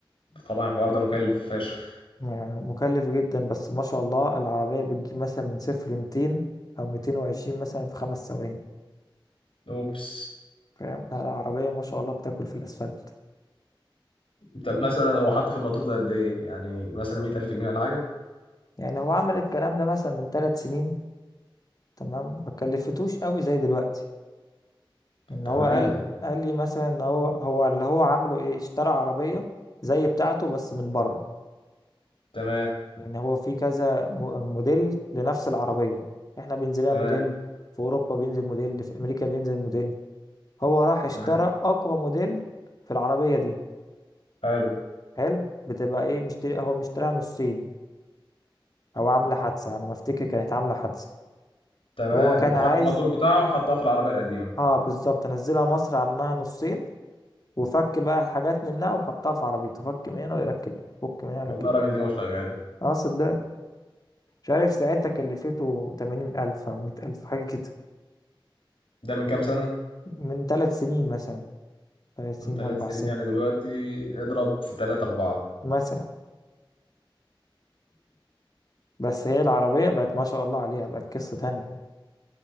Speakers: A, on the left; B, on the left.
A: طبعا الحوار ده مكلف فشخ
B: يعني مكلف جدا بس ما شاء الله العربية بتجيب مثلا من صفر لميتين أو ميتين وعشرين مثلا في خمس ثواني
A: اوبس
B: فاهم لا العربية ما شاء الله بتاكل في الأسفلت
A: انت مثلا هو حط في الماتور ده قد ايه يعني مثلا 100000 جنيه ولا حاجه
B: يعني هو عمل الكلام ده مثلا من ثلاث سنين تمام ما كلفتوش قوي زي دلوقتي إن
A: تمام
B: هو قال قال لي مثلا إن هو هو اللي هو عامله إيه اشترى عربية زي بتاعته بس من بره
A: تمام
B: يعني هو في كذا م- موديل لنفس العربية احنا بينزل لها
A: تمام
B: موديل في أوروبا بينزل موديل في أمريكا بينزل موديل هو راح اشترى
A: تمام
B: أقوى موديل في العربية دي
A: حلو
B: حلو بتبقى ايه مشتري هو مشتريها نصين أو عاملة حادثة أنا ما أفتكر كانت عاملة حادثة
A: تمام
B: هو كان
A: وخد
B: عايز
A: الماتور بتاعه وحطها في العربيه القديمه
B: اه بالظبط نزلها مصر عنها نصين وفك بقى الحاجات منها وحطها في عربيته فك من هنا ويركب هنا فك من هنا
A: والله
B: ويركب
A: الراجل
B: هنا
A: ده ما هو شغال
B: اه صدقني مش عارف ساعتها كلفته تمانين ألف أو مية ألف حاجة كده
A: ده من كام سنة؟
B: من ثلاث سنين مثلا ثلاث
A: من
B: سنين
A: ثلاث
B: أربع
A: سنين
B: سنين
A: يعني دلوقتي اضرب في ثلاثة أربعة
B: مثلا بس هي العربية بقت ما شاء الله عليها بقت قصة تانية يعني